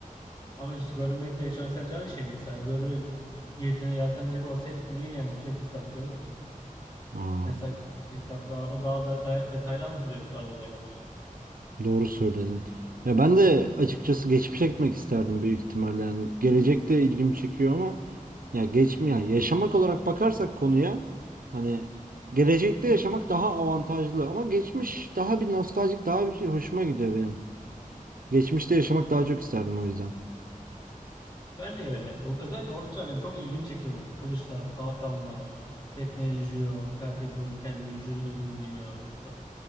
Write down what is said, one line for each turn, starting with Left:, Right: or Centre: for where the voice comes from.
Left: Ama işte görmekle yaşamak sence aynı şey mi? Mesela görerek yeltene- yeltenecek olsaydık niye yani sürekli kitap okuyalım ki?
Right: Aa,
Left: Mesela kitaplarda daha da de- detaylı anlatılıyor bu tarz olaylar.
Right: doğru söyledin. Ya ben de açıkçası geçmişe gitmek isterdim büyük ihtimalle. Yani gelecek de ilgimi çekiyor ama Ya geçmiyor. Yani yaşamak olarak bakarsak konuya hani gelecekte yaşamak daha avantajlı ama geçmiş daha bir nostaljik daha bir şey hoşuma gidiyor benim. Geçmişte yaşamak daha çok isterdim o yüzden.
Left: Ben de ya- o- özellikle Orta Çağ benim çok ilgimi çekiyor ya. Kılıçlar, kalkanlar, teknoloji yok. Herkes böyle kendi vücuduna güveniyor. Sa-